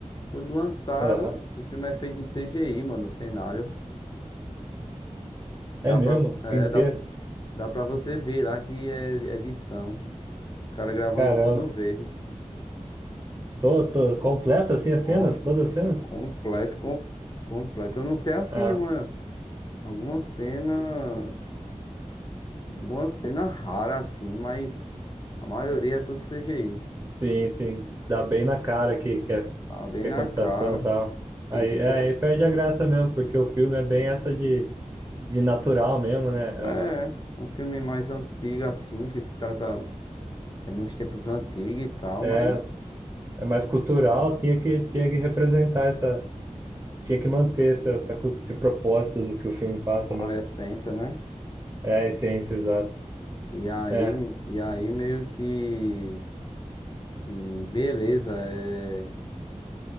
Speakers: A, on the left; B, on the right.
A: Quando lançaram,
B: Aham.
A: o filme é feito em CGI, mano, o cenário. Dá
B: É mesmo?
A: pra, é,
B: Inteiro?
A: dá, dá pra você ver lá que é é edição. Os caras gravam
B: Caramba.
A: em um pano verde.
B: Tô, tô completo assim as cenas?
A: Com,
B: Todas as cenas?
A: completo, com, completo. Eu não sei assim,
B: Ah,
A: uma, alguma cena, alguma cena rara assim, mas a maioria é tudo CGI.
B: sim, sim. Dá bem na cara que, que, é,
A: Tá bem
B: que
A: na
B: é computação
A: cara.
B: e tal. Aí,
A: E tipo,
B: é, aí perde a graça mesmo, porque o filme é bem essa de, de natural mesmo, né? É
A: é
B: uma,
A: um filme mais antigo assim, que se trata é, nos tempos antigos e tal,
B: é,
A: mas
B: é mais cultural, tinha que, tinha que representar essa, tinha que manter essa, essa, cu- esse propósito do que o filme passa
A: a
B: mesmo.
A: essência, né?
B: É, a essência, exato.
A: E aí,
B: É,
A: e aí meio que, que beleza, é